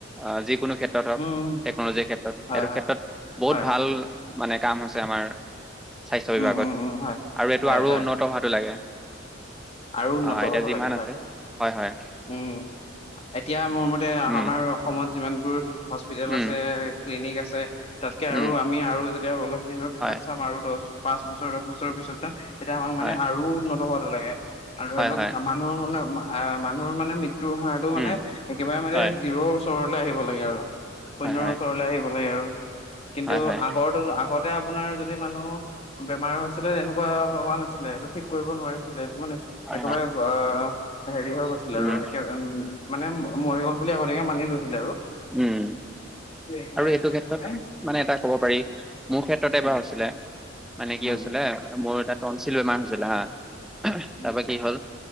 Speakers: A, in the centre; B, on the left.
A: অ' যিকোনো ক্ষেত্ৰ। ক্ষেত্ৰত হওক,
B: উম উম
A: টেকনলজিৰ ক্ষেত্ৰত।
B: হয়
A: সেইটো
B: হয়
A: ক্ষেত্ৰত বহুত
B: হয়
A: ভাল
B: হয়
A: মানে কাম হৈছে আমাৰ। স্বাস্থ্য বিভাগত
B: উম উম উম হয়
A: আৰু এইটো
B: হয়
A: আৰু
B: হয়
A: উন্নত হোৱাটো লাগে।
B: আৰু উন্নত
A: অ এতিয়া
B: হ'ব
A: যিমান
B: লাগে হয়।
A: আছে হয় হয়
B: উম। এতিয়া মোৰ মতে,
A: উম
B: আমাৰ অসমত যিমানবোৰ হস্পিতেল
A: উম
B: আছে, ক্লিনিক আছে। তাতকে আৰু
A: উম
B: আমি আৰু যেতিয়া অলপ দিনৰ পিছত
A: হয়
B: চাম, আৰু দহ পাঁচ বছৰ, দহ বছৰৰ পিছত চাম। তেতিয়া আমাক মানে
A: হয়
B: আৰু উন্নত হোৱাটো লাগে। আৰু ধৰি
A: হয়
B: লওক
A: হয়
B: মানুহৰ মানে, মানুহৰ মানে মৃ। ত্যু হাড়টো মানে
A: উম
B: একেবাৰে মানে
A: হয়
B: জিৰৰ ওচৰলে আহিব লাগে আৰু। শূন্য
A: হয় হয়
B: ৰ ওচৰলে আহিব লাগে আৰু। কিন্তু
A: হয় হয়
B: আগৰ তুল আগতে আপোনাৰ যদি মানুহ। বেমাৰ হৈছিলে, তেনেকুৱা হোৱা নাছিলে এইটো ঠিক কৰিব নোৱাৰিছিলে। এইটো মানে।
A: হয়
B: একেবাৰে
A: হয়
B: আ হেৰি হৈ গৈছিল আৰু
A: উম
B: একেবাৰে, উম। মানে, মৰিব গ'ল বুলি আগতীয়াকে মানি লৈছিলে আৰু।
A: উম।
B: এতিয়া
A: আৰু এইটো
B: দিনত
A: ক্ষেত্ৰত
B: মানে
A: মানে এটা ক'ব পাৰি। মোৰ ক্ষেত্ৰতে এবাৰ
B: উম
A: হৈছিলে। মানে কি
B: উম
A: হৈছিলে, মোৰ এটা তঞ্চিল বেমাৰ হৈছিলে হা। তাৰ
B: উম
A: পৰা কি হ'ল।